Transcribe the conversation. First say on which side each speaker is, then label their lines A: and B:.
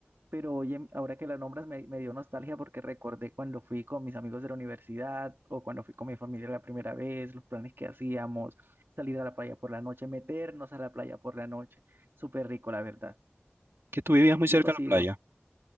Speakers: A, on the right (about 65°); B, on the right (about 90°).
A: Pero oye, ahora que la nombras me, me dio nostalgia porque recordé cuando fui con mis amigos de la universidad o cuando fui con mi familia la primera vez, los planes que hacíamos, salir a la playa por la noche, meternos a la playa por la noche. Súper rico, la verdad.
B: Que tú vivías muy
A: ¿Ya
B: cerca
A: tú has
B: de la
A: ido?
B: playa.